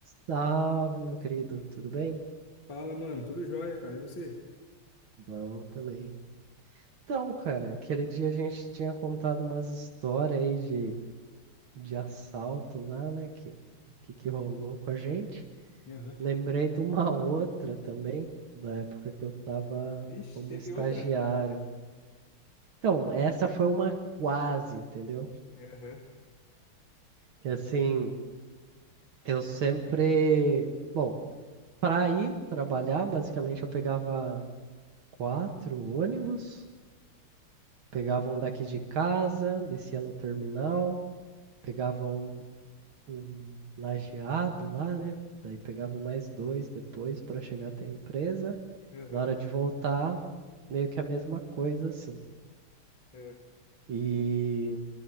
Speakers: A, on the right; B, on the left.
A: Salve, meu querido, tudo bem?
B: Fala, mano. Tudo jóia, cara. E você?
A: Bom também. Então, cara, aquele dia a gente tinha contado umas histórias aí de, de assalto lá, né? Que, que, que rolou com a gente.
B: Aham.
A: Lembrei de uma <laughs> outra também, da época que eu tava
B: Vixe,
A: como
B: teve
A: estagiário.
B: outra?
A: Então, essa foi uma quase, entendeu?
B: Aham,
A: Que assim, eu sempre. Bom, pra ir trabalhar, basicamente eu pegava quatro ônibus. Pegava um daqui de casa, descia no terminal, pegava um, um lajeado lá, né? Daí pegava mais dois depois para chegar até a empresa.
B: aham,
A: Na hora de voltar, meio que a mesma coisa, assim.
B: aham.
A: E,